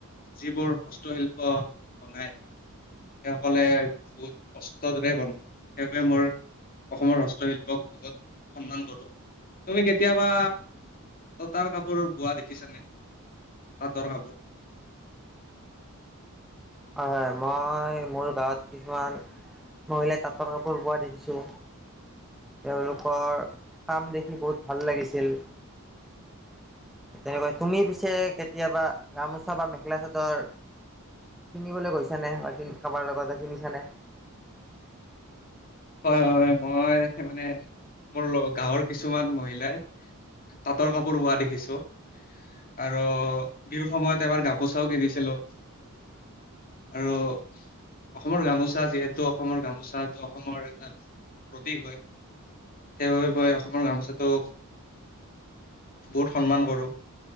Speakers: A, on the left (about 40°); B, in the centre.
A: যিবোৰ হস্তশিল্প বনায়। সেইসকলে বহুত কষ্ট কৰি বনায় সেইবাবে মোৰ। অসমৰ হস্তশিল্পক সন্মান কৰো। তুমি কেতিয়াবা তাঁতৰ কাপোৰ বোৱা দেখিছানে পাটৰ কাপোৰ।
B: হয় হয় মই মোৰ গাঁৱত কিছুমান মহিলাই তাঁতৰ কাপোৰ বোৱা দেখিছো। তেওঁলোকৰ কাম দেখি বহুত ভাল লাগিছিল। তেনেকৈ তুমি পিছে কেতিয়াবা গামোচা বা মেখেলা চাদৰ। কিনিবলৈ গৈচানে বা কাৰবাৰ লগতে কিনিচানে?
A: হয় হয়। মই মানে মোৰ গাওঁৰ কিছুমান মহিলাই। তাঁতৰ কাপোৰ বোৱা দেখিছোঁ। আৰু বিহুৰ সময়ত এবাৰ গাপোচাও কিনিছিলো। আৰু অসমৰ গামোচা যিহেতু অসমৰ গামোচাটো অসমৰ। প্ৰতীক হয়। সেইবাবে মই অসমৰ গামোচাটো বহুত সন্মান কৰোঁ।